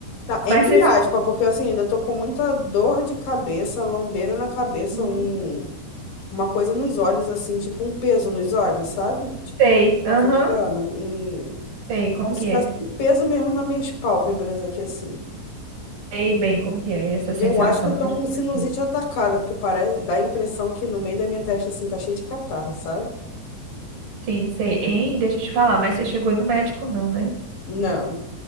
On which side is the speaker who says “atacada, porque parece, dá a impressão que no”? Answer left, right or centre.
Left